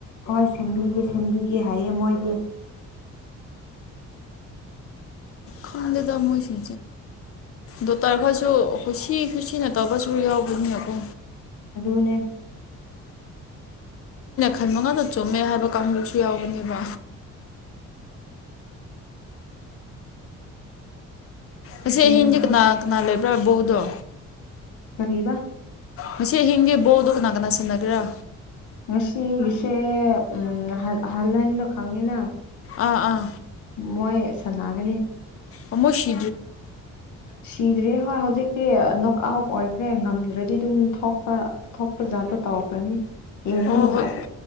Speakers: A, on the left (about 75°); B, on the left (about 50°).
A: ꯍꯣꯏ ꯁꯦꯝꯕꯤꯒꯦ ꯁꯦꯝꯕꯤꯒꯦ ꯍꯥꯏꯌꯦ ꯃꯣꯏ ꯍ
B: ꯈꯪꯗꯦ ꯇꯃꯣꯁꯤ ꯗꯣꯛꯇꯔ ꯈꯔꯁꯨ ꯈꯨꯠꯁꯤ ꯈꯨꯠꯁꯤꯅ ꯇꯧꯕꯁꯨ ꯌꯥꯎꯕꯅꯤꯅꯀꯣ
A: ꯑꯗꯨꯗꯅꯦ
B: ꯃꯈꯜ ꯃꯉꯥꯗ ꯆꯨꯝꯃꯦ ꯍꯥꯏꯕ ꯀꯥꯡꯕꯨꯁꯨ ꯌꯥꯎꯕꯅꯦꯕ
A: ꯝ
B: ꯑꯁꯤ
A: ꯑꯗꯨꯅꯦ
B: ꯑꯍꯤꯡꯁꯦ ꯀꯅꯥ ꯀꯅꯥ ꯂꯩꯕ꯭ꯔꯥ ꯕꯧꯗꯣ
A: ꯀꯔꯤꯕ
B: ꯃꯁꯦ ꯍꯤꯡꯒꯦ ꯣꯗ ꯀꯅꯥ ꯀꯅꯥ ꯁ ꯅꯒ꯭ꯔ
A: ꯉꯁꯤꯒꯤꯁꯦ ꯎꯝ ꯍꯜꯂꯗ ꯈꯥꯡꯉꯦꯅ
B: ꯑꯥ ꯑꯥ
A: ꯃꯣꯏ ꯁꯝꯅꯒꯅꯤ
B: ꯑꯃꯃꯁꯤ
A: ꯁꯤꯗ꯭ꯔꯤ ꯍꯣꯏ ꯍꯧꯖꯤꯛꯇꯤ ꯅꯣꯛ ꯑꯥꯎꯠ ꯑꯣꯏꯈ꯭ꯔꯦ ꯉꯝꯗ꯭ꯔꯗꯤ ꯑꯗꯨꯝ ꯊꯣꯛꯄ ꯊꯣꯛꯄ ꯖꯥꯠꯇꯣ ꯇꯧꯈ꯭ꯔꯅꯤ ꯏ ꯃꯅ
B: ꯑꯣ ꯍꯣꯏ
A: ꯑꯁ